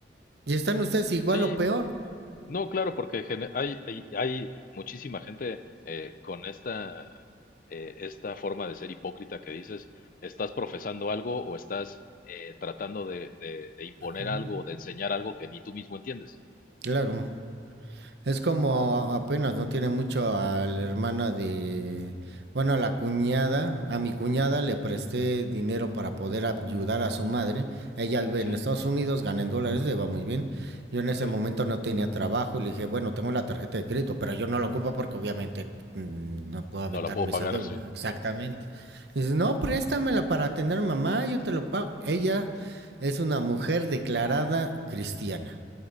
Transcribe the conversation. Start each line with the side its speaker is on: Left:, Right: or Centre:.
Right: y están ustedes igual
Left: Sí,
Right: o peor.
Left: no, claro, porque gene- hay, hay, hay muchísima gente eh, con esta eh, esta forma de ser hipócrita que dices, estás profesando algo o estás eh, tratando de, de- de imponer
Right: Mm,
Left: algo o de enseñar algo que ni tú mismo entiendes.
Right: Claro. Es como apenas, no tiene mucho a la hermana de, bueno, a la cuñada, a mi cuñada le presté dinero para poder ayudar a su madre. Ella vive en
Left: Sí,
Right: Estados Unidos, gana en dólares, le va muy bien. Yo en
Left: ok.
Right: ese momento no tenía trabajo y le dije, bueno, tengo la tarjeta de crédito, pero yo no la ocupo porque obviamente mm, no puedo aventarme
Left: No la puedo pagar,
Right: esa deuda.
Left: sí.
Right: Exactamente. Y dice, no, préstamela para tener mamá, yo te lo pago. Ella es una mujer declarada cristiana.